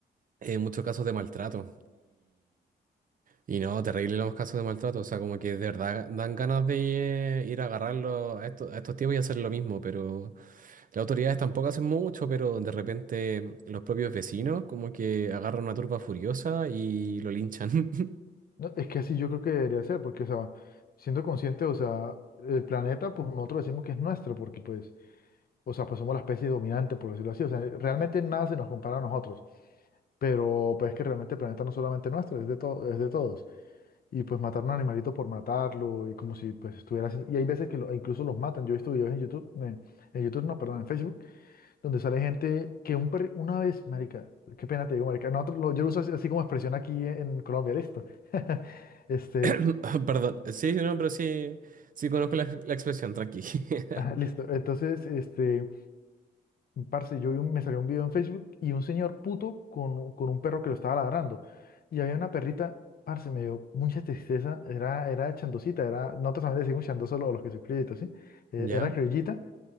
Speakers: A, on the right; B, on the left.
A: en muchos casos de maltrato. Y no, terrible los casos de maltrato, o sea, como que de verdad dan ganas de eh, ir a agarrarlo a estos, a estos tipos y hacer lo mismo, pero las autoridades tampoco hacen mucho, pero de repente los propios vecinos como que agarran una turba furiosa y lo linchan.
B: No, es que así yo creo que debería ser, porque, o sea, siendo consciente, o sea, el planeta, pues nosotros decimos que es nuestro, porque, pues, o sea, pues somos la especie dominante, por decirlo así, o sea, realmente nada se nos compara a nosotros, pero, pues, es que realmente el planeta no es solamente nuestro, es de todo, es de todos, y, pues, matar un animalito por matarlo, y como si, pues, estuviera haciendo- y hay veces que lo- e incluso los matan, yo he visto videos en YouTube, eh, en YouTube, no, perdón, en Facebook, donde sale gente que un perri- una vez, marica, qué pena te digo, marica, nosotros, lo- yo lo uso así, así como expresión aquí en Colombia, listo, <laughs> este...
A: <laughs> Perdón, sí, no, pero sí, sí conozco la, la expresión, tranqui. <laughs>
B: Ajá, listo. Entonces, este, parce, yo vi un- me salió un video en Facebook y un señor puto con, un- con un perro que lo estaba ladrando. Y había una perrita, parce, me dio mucha tristeza. Era, era chandosita, era, nosotros también le decimos chandoso a los que son criollitos, ¿sí? Eh,
A: ¿Ya?
B: era criollita,